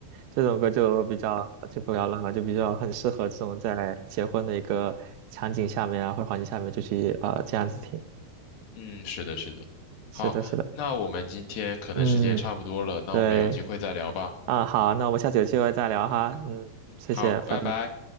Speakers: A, on the right; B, on the left.
A: 这种歌就比较就不要浪了，就比较很适合这种在结婚的一个场景下面啊，或者环境下面就去啊、呃这样子听。
B: 嗯，是的，是的。
A: 是的，
B: 好，
A: 是的。
B: 那我们今天可能时间也差不多了，
A: 嗯，
B: 那我们有机会再聊吧。
A: 对。啊，好，那我们下次有机会再聊哈。嗯，
B: 嗯，
A: 谢谢，
B: 好，
A: 拜拜。
B: 拜拜。